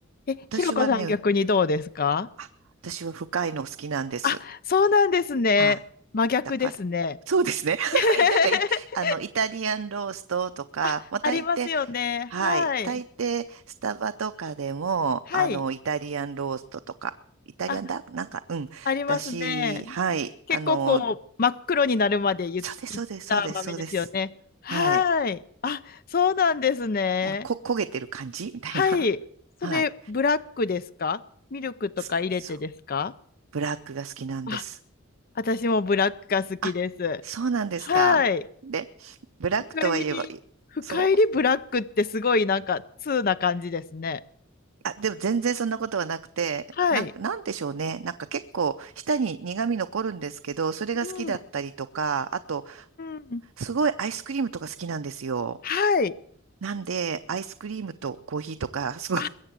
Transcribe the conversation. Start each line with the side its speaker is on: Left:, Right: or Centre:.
Left: え、
Right: 私はね、
Left: ひろこさん逆にどうですか
Right: あ、私は深いの好きなんです。
Left: あ、そうなんですね。
Right: はい。
Left: 真逆ですね。
Right: だから。そうですね。<laughs>
Left: <laughs>
Right: はい。だから、いあの、イタリアンローストとか、
Left: あ、
Right: まあ、大抵、
Left: ありますよね。
Right: はい。
Left: はい。
Right: 大抵、スタバとかでも、
Left: はい。
Right: あの、イタリアンローストとか、イタリアンだなんか、
Left: あ、
Right: うん。
Left: ありますね。
Right: だし、はい。
Left: 結構こう、
Right: あの、
Left: 真っ黒になるまで言いった豆ですよね。
Right: そうです、そうです、そうです、そうです。
Left: はい。
Right: はい。
Left: あ、そうなんですね。
Right: もう、こ、焦げてる感じみたいな。
Left: はい。それ、
Right: はい。
Left: ブラックですかミルクとか入れてですか
Right: すそう。ブラックが好きなんです。
Left: あ、私もブラックが好きです。
Right: あ、そうなんですか。
Left: はい。
Right: で、ブラックとは言えば、
Left: 深入り、
Right: いそう。
Left: 深入りブラックってすごいなんか、通な感じですね。
Right: あ、でも全然そんなことはなくて、
Left: はい。
Right: なん、なんでしょうね。なんか結構舌に苦味残るんですけど、それが好きだったりとか、
Left: うん。う
Right: あと、
Left: ーん。
Right: すごいアイスクリームとか好きなんですよ。
Left: はい。
Right: なんで、アイスクリームとコーヒーとか、<laughs> すごい。
Left: あ、